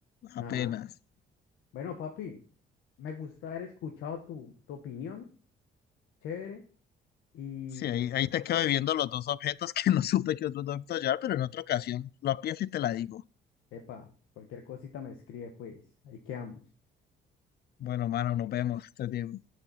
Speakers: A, on the left; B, on the left.
A: apenas.
B: Ajá. Bueno, papi, me gusta haber escuchado tu, tu opinión, chévere, y,
A: Sí, ahí, ahí te quedo viendo los dos objetos que no supe que otros dos objetos llevar, pero en otra ocasión lo pienso y te la digo.
B: epa, cualquier cosita me escribe, pues, ahí quedamos.
A: Bueno, mano, nos vemos. Estés bien.